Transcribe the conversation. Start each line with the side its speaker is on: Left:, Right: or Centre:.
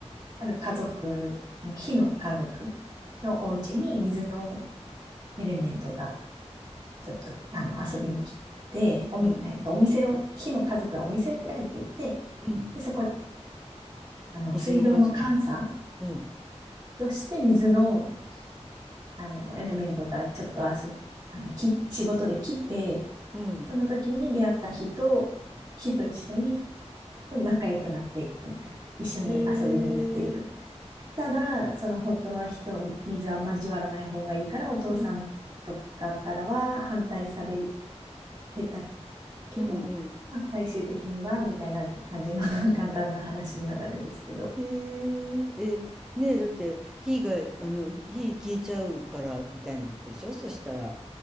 Right: ある家族の、火の家族のお家に水のエレメントがちょっとあの遊びに来て、おみ、
Centre: うん、
Right: えっと、お店を、火の家族がお店を開いていて、
Centre: うん。
Right: で、そこに、あの、
Centre: 水の家族。
Right: 水道の監査
Centre: うん、
Right: として水の、あの、エレメントがちょっと遊び、あの、き、仕事で来て、
Centre: うん。
Right: その時に出会った日と、日と一緒に、と仲良くなっていくみたいな。一緒に遊びに行っていく。
Centre: へえ。
Right: ただ、その本当は火と水は交わらない方がいいから、お父さんとかからは反対され
Centre: うん、
Right: てたけど、
Centre: うんうん
Right: まあ、最終的には、みたいな感じの <laughs> 簡単な話にはなるんですけど。
Centre: へええねえだって火があの火火消えちゃうからみたいなことでしょそしたら